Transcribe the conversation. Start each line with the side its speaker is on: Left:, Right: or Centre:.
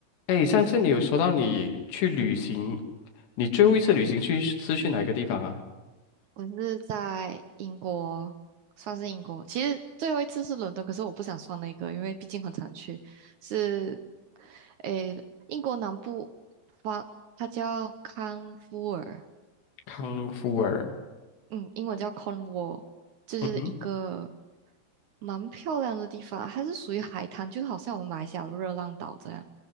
Left: 哎，上次你有说到你去旅行，你最后一次旅行去是去哪个地方啊？
Right: 我是在英国，算是英国。其实最后一次是伦敦，可是我不想算那个，因为毕竟很常去。是，诶，英国南部方，它叫康沃尔，
Left: 康夫尔，
Right: 嗯，英文叫 Cornwall，就是一个
Left: 嗯哼，
Right: 蛮漂亮的地方，它是属于海滩，就好像我们马来西亚的热浪岛这样。